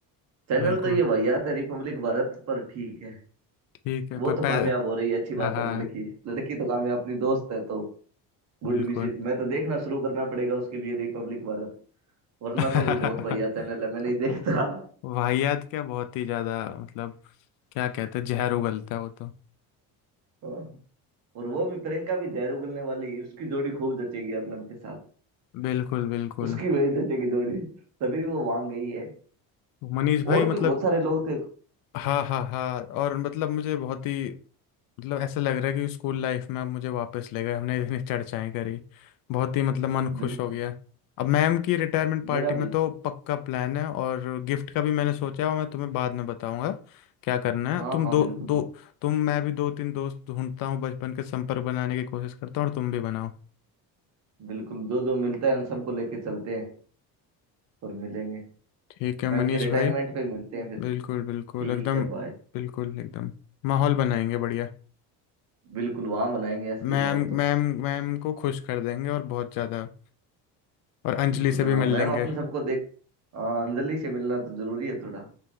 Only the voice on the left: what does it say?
बिल्कुल
ठीक है
पर
पै-
हाँ हाँ
बिल्कुल
<laughs>
वो- वाहियात क्या बहुत ही ज्यादा मतलब क्या कहते हैं जहर उगलता है वो तो
बिल्कुल बिल्कुल
मनीष भाई
मतलब
हाँ हाँ हाँ और मतलब मुझे बहुत ही मतलब ऐसा लग रहा है कि स्कूल लाइफ में आप मुझे वापस ले गए हमने इतनी चर्चाएं करी बहुत ही मतलब मन खुश
हो गया अब मैम की रिटायरमेंट पार्टी
में तो पक्का प्लान है और गिफ्ट का भी मैंने सोचा है और मैं तुम्हें बाद में बताऊंगा क्या करना
है तुम
दो
दो
तुम मैं भी दो तीन दोस्त ढूंढता हूँ बचपन के संपर्क बनाने की कोशिश करता हूँ और तुम भी बनाओ
ठीक है
मनीष
भाई
बिल्कुल बिल्कुल
एकदम
बिल्कुल एकदम माहौल बनाएंगे बढ़िया
मैम
मैम मैम को खुश कर देंगे और बहुत ज़्यादा और अंजलि
से भी
मिल
लेंगे